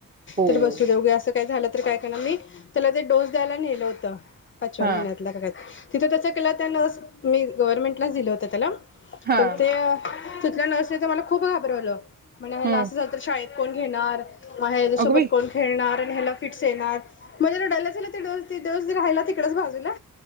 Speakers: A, on the right; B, on the left.
A: हो
B: तर बसू द्या. उगीच असं काय झालं तर काय करणार मी त्याला ते डोस द्यायला नेलं होतं. पाचव्या
A: हा
B: महिन्यातल्या का काय? तिथं तचं केलंत त्या लस मी गव्हर्नमेंटलाच दिल्या होत्या त्याला
A: हा
B: तर ते तिथल्या नर्सने तर मला खूप घाबरवलं. मला हेला
A: हम्म
B: असं झालतं शाळेत कोण घेणार? मग ह्याच्यासोबत
A: अगं बाई
B: कोण खेळणार आणि ह्याला फिट्स येणार मला रडायला आलंच ते डोस ते डोस राहिला तिकडच बाजू ला